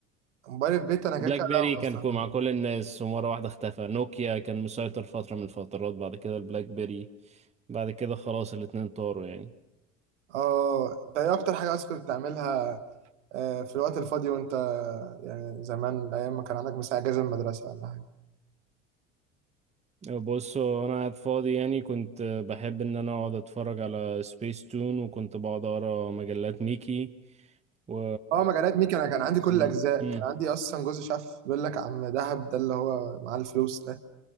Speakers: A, on the right; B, on the right.
A: موبايل البيت انا كده
B: بلاك
A: كده
B: بيري
A: أنا
B: كان
A: بستخدمه
B: كو- مع كل الناس ومرة واحدة اختفى نوكيا كان مسيطر فترة من الفترات بعد كده البلاك بيري بعد كده خلاص الاتنين طاروا يعني
A: اه انت ايه اكتر حاجه اصلا كنت بتعملها آه، في الوقت الفاضي وانت يعني زمان ايام ما كان عندك مثلا اجازه من المدرسه ولا حاجه
B: بص هو انا قاعد فاضي يعني كنت بحب ان انا اقعد اتفرج على سبيس تون وكنت بقعد اقرا مجلات ميكي و
A: اه مجالات ميكا انا كان عندي كل
B: م-
A: الاجزاء
B: م.
A: كان عندي اصلا جوز شاف بيقول لك عم دهب ده اللي هو معاه الفلوس ده